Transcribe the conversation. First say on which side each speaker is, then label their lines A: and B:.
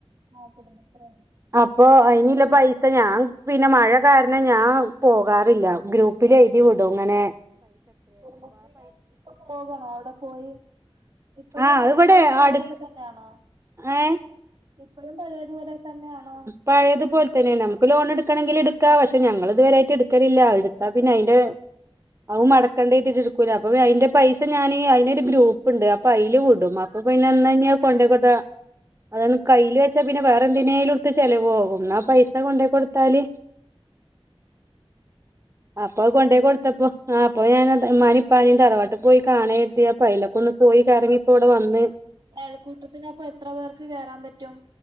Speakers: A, on the right; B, on the right.
A: ആഹ് കുടുംബശ്രീയിലാ
B: അപ്പൊ അയിന്ള്ള പൈസ ഞാ പിന്നെ മഴ കാരണം ഞാ പോകാറില്ല ഗ്രൂപ്പ് പ്പ്‌ല് എഴ്തിവിടും ങ്ങനെ
A: കുടുംബശ്രീലെ ഇപ്പൊ പോകണൊ അവ്ടെ പോയി ഇപ്പൊഴും
B: ആ അത് ഇവിടെ
A: പഴേതു
B: അടു
A: പോലൊക്കെ തന്നെയണോ?
B: ഏ
A: ഇപ്പഴും പഴേതുപോലെ തന്നെയണൊന്ന്
B: പഴേതു പോൽതന്നെണ് അമ്ക്ക് ലോണെടുക്കണങ്കിലെടുക്കാ പക്ഷെ ഞങ്ങളിതുവരായിട്ട് എട്ക്കലില്ല എടുത്താ പിന്നെ അയ്ന്റെ അവും മടക്കണ്ടേ <unintelligible> എടുക്കൂല അപ്പൊ അയ്ന്റെ പൈസ ഞാന് അയിനൊരു ഗ്രൂപ്പ്ണ്ട് അപ്പൊ അയില് വിടും അപ്പൊ പിന്നെന്ന നി അത് കൊണ്ടെ കൊടുത്ത അത് കയ്യിൽ വെച്ചാ പിന്നെ വേറെ എന്തിനേലുട്ത്ത് ചെലവോകും എന്നാ പൈസ കൊണ്ടേ കൊടുത്താല് അപ്പൊ
A: വേറെന്ത്
B: അത് കൊണ്ടോയി കൊടുത്തപ്പോ ആ അപ്പൊ ഞാൻ ഇമ്മാനിം ഉപ്പാനിം തറവാട്ടിൽ പോയി കാണേരുതി അപ്പൊ അയിഊലൊക്കെ ഒന്ന് പോയി കറങ്ങിപ്പോ ഇപ്പൊ ഇവിടെ വന്ന്
A: ഏൽക്കൂട്ടത്തിനപ്പൊ എത്ര പേർക്ക് കേറാൻ പറ്റും